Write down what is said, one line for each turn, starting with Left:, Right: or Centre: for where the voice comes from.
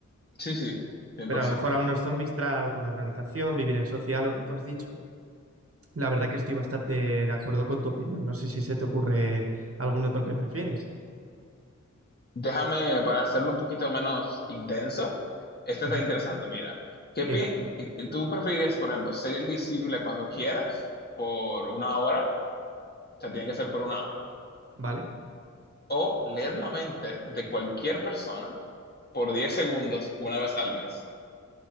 Left: Sí, sí, cien
Right: Pero
Left: por
Right: a lo
Left: ciento
Right: mejor a unos zombies tra- con organización, vivir en social, lo que tú has dicho la verdad que estoy bastante de acuerdo con tu opinión. No sé si se te ocurre algún otro que prefieres.
Left: Déjame, para hacerlo un poquito menos intenso, esto
Right: Ujú.
Left: está interesante. Mira, ¿qué
Right: Dime,
Left: pi- ¿tú preferirías, por ejemplo, ser invisible cuando quieras por una hora? O sea, tiene que ser por una hora.
Right: ¿vale?
Left: o leer la mente de cualquier persona por 10 segundos una vez al mes.